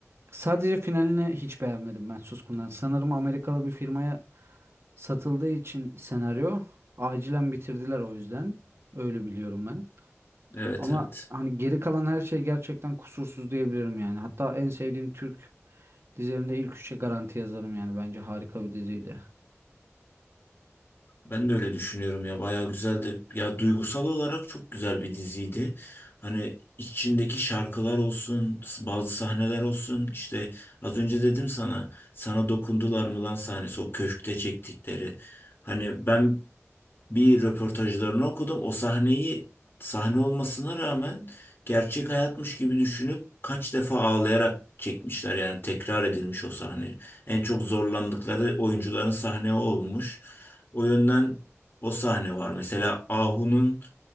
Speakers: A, on the right; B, on the left.
A: Sadece finalini hiç beğenmedim ben Suskun'dan. Sanırım Amerikalı bir firmaya satıldığı için senaryo acilen bitirdiler o yüzden. Öyle biliyorum ben.
B: Evet
A: Ama
B: evet.
A: hani geri kalan her şey gerçekten kusursuz diyebilirim yani. Hatta en sevdiğim Türk dizilerinde ilk üçe garanti yazarım yani. Bence harika bir diziydi.
B: Ben de öyle düşünüyorum ya bayağı güzeldi. Ya duygusal olarak çok güzel bir diziydi. Hani içindeki şarkılar olsun, bazı sahneler olsun. İşte az önce dedim sana, sana dokundular mı lan sahnesi o köşkte çektikleri. Hani ben bir röportajlarını okudum. O sahneyi sahne olmasına rağmen gerçek hayatmış gibi düşünüp kaç defa ağlayarak çekmişler. Yani tekrar edilmiş o sahne. En çok zorlandıkları oyuncuların sahne o olmuş. O yönden o sahne var. Mesela Ahu'nun